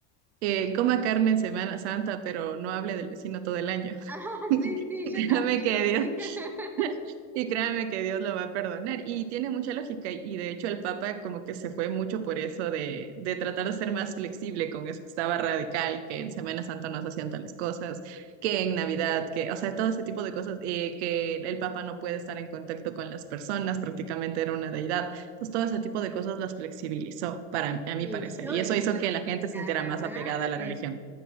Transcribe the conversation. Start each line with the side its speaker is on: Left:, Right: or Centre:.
Right: eh, coma carne en Semana Santa, pero no hable del vecino todo el año.
Centre: Ah,
Right: <laughs>
Centre: sí, sí,
Right: Y
Centre: yo también
Right: créame que
Centre: lo
Right: Dios,
Centre: vi. <laughs>
Right: <laughs> y créame que Dios lo va a perdonar. Y tiene mucha lógica. Y de hecho el Papa como que se fue mucho por eso de, de tratar de ser más flexible con eso que estaba radical, que en Semana Santa no se hacían tales cosas, que en Navidad, que, o sea, todo ese tipo de cosas, eh, que el Papa no puede estar en contacto con las personas, prácticamente era una deidad. Entonces todo ese tipo de cosas las flexibilizó, para, a
Centre: Y
Right: mi parecer.
Centre: yo,
Right: Y eso
Centre: y
Right: hizo
Centre: <laughs>
Right: que la gente se
Centre: la
Right: sintiera
Centre: verdad,
Right: más apegada a la
Centre: eh,
Right: religión.